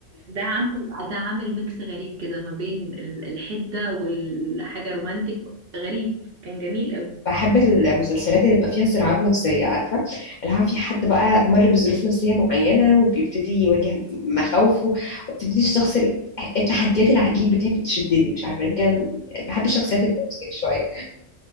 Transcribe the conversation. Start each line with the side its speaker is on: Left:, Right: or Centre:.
Right: ده عامل ده عامل ميكس غريب كده ما بين ال- الحده والحاجه رومانتك غريب كان جميل قوي
Left: بحب المسلسلات اللي بيبقى فيها صراعات نفسية عارفة اللي هو في حد بقى مر بظروف نفسية معينة وبيبتدي يواجه مخاوفه وبتبتدي الشخص ال- التحديات العجيبة دي بتشدني مش عارفة يمكن بحب الشخصيات التوكسيك شوية